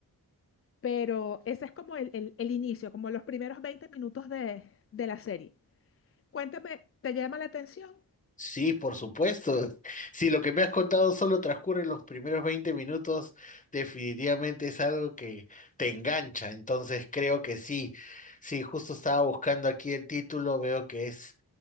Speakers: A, on the left; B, on the left.
A: pero ese es como el, el- el inicio, como los primeros 20 minutos de, de la serie. Cuéntame, ¿te llama la atención?
B: Sí, por supuesto. <laughs> Si lo que me has contado solo transcurre los primeros 20 minutos, definitivamente es algo que te engancha. Entonces creo que sí. Sí, justo estaba buscando aquí el título, veo que es